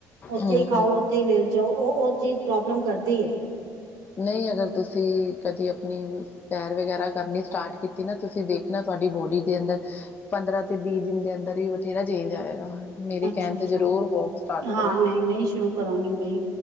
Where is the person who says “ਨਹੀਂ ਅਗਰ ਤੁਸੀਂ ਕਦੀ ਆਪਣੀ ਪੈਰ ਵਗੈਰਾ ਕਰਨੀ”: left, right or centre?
Left